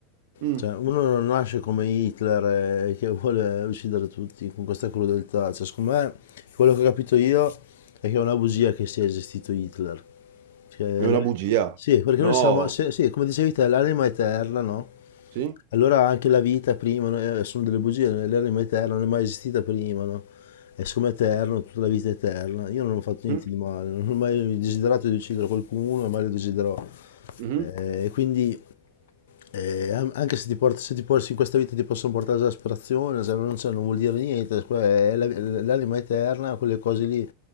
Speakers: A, on the right (about 70°); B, on the left (about 80°).
A: Mm,
B: Cioè, uno non nasce come Hitler eh, che vuole uccidere tutti con questa crudeltà. Cioè, secondo me, quello che ho capito io è che è una bugia che sia esistito Hitler. Cioè,
A: è una
B: la-
A: bugia.
B: Sì, perché
A: No.
B: noi siamo, se- sì, come dicevi te, l'anima eterna, no?
A: Sì?
B: Allora anche la vita prima, no, eh, sono delle bugie, l'errore è eterno, non è mai esistita prima, no? E siccome è eterno, tutta la vita è eterna. Io non ho fatto niente
A: Mm,
B: di male, non ho mai desiderato di uccidere qualcuno e mai lo desiderò.
A: mhm,
B: Eh, E quindi eh, an- anche se ti, porti, se ti porti- in questa vita ti possono portare all'asperazione, se non, c'è, non vuol dire niente, que- è la- l'anima eterna, quelle cose lì